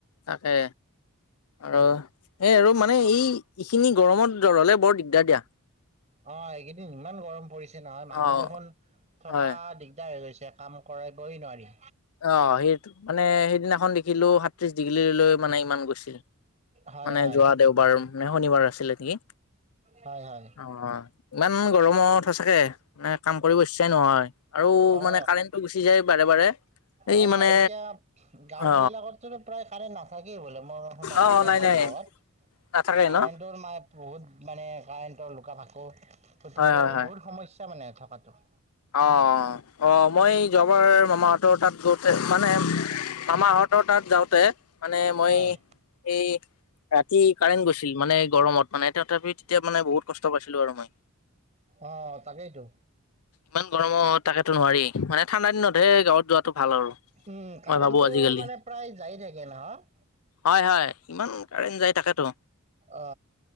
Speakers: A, on the left (about 80°); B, on the right (about 30°).
A: তাকে, আৰু সেই আৰু মানে এই এইখিনি গৰমত জ্বৰ হ'লে বৰ দিগদাৰ দিয়া।
B: অ' এইকেইদিন ইমান গৰম পৰিছে নহয়, মানুহ
A: অ
B: দেখোন থকা
A: হয়
B: দিগদাৰ হৈ গৈছে। কাম কৰাবৈ নোৱাৰি।
A: অ' সেইটো মানে সেইদিনাখন দেখিলো সাত্ৰিশ ডিগ্ৰীলৈ মানে ইমান গৈছিল।
B: হয়
A: মানে
B: হয়
A: যোৱা দেওবাৰ। মানে শনিবাৰ আছিলে নেকি?
B: হয় হয়।
A: অ' ইমান গৰমত সঁচাকে মানে কাম কৰিব ইচ্ছাই নহয়। আৰু
B: অ
A: মানে কাৰেণ্ট গুচি যায় বাৰে বাৰে। এই
B: অ'
A: মানে
B: এতিয়া গাঁও
A: অ
B: বিলাকটো প্ৰায় কাৰেণ্ট না থাকেই বোলে, মই শুনা
A: অ
B: মতে
A: নাই
B: আমাৰ
A: নাই
B: গাঁৱত।
A: নাথাকে
B: কাৰেণ্টৰ
A: ন
B: ম বহুত মানে কাৰেণ্টৰ লুকা-ভাকু গতিকে
A: হয় হয় হয়
B: বহুত সমস্য স্যা মানে থকাটো।
A: অ' অ' মই অ' যোৱাবাৰ মামাহঁতৰ তাত যাওঁতে মানে মামাহঁতৰ তাত যাওঁতে। মানে মই
B: হয়
A: এই ৰাতি কাৰেণ্ট গৈছিল, মানে গৰমত মানে তথাপি তেতিয়া মানে বহুত কষ্ট পাইছিলো আৰু মই।
B: অ' তাকেইতো।
A: ইমান গৰমত তাকেতো নোৱাৰি। মানে ঠাণ্ডা দিনতহে গাঁৱত যোৱাত টো ভাল আৰু।
B: উম, কাৰেণ্টটো
A: মই ভাবো আজিকালি।
B: মানে প্ৰায় যায়ে থাকে নহয়?
A: হয় হয়, ইমান কাৰেণ্ট যায় তাকেতো।
B: অ